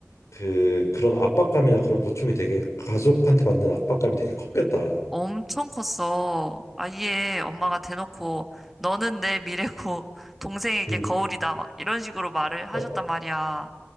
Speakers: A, on the left; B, in the centre.
A: 그 그런 압박감이나 그런 고충이 되게 가족한테 받는 압박감이 되게 컸겠다.
B: 엄청 컸어. 아예 엄마가 대놓고, 너는 내 미래고, <laughs> 동생에게
A: 음.
B: 거울이다. 막 이런 식으로 말을 하셨단
A: 어,
B: 말이야.